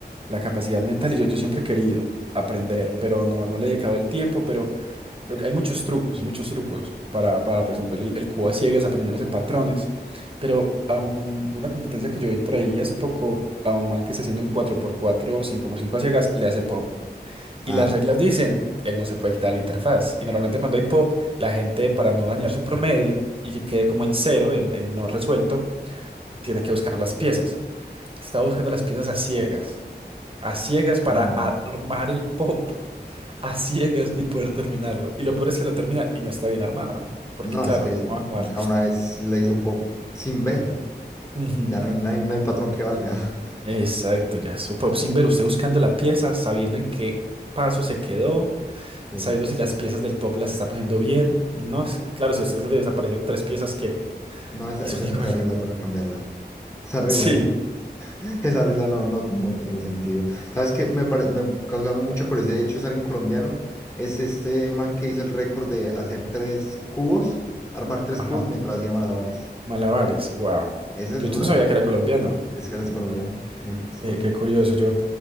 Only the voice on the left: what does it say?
Ah,
no,
no,
es que
ya una vez le hizo pop sin ver,
ya no hay, no hay, no hay patrón que valga. <laughs>
Sí.
No, esa,
esa,
esa regla toca cambiarla. Esa regla
Esa regla no, no, no tiene sentido. ¿Sabes qué? Me, pare- me causa mucha curiosidad, de hecho, es alguien colombiano. Es este man que hizo el récord de hacer tres cubos, armar tres
cubos mientras hacía malabares.
Esa
es dura.
Es, eres
colombiano. En efecto, es
colombiano.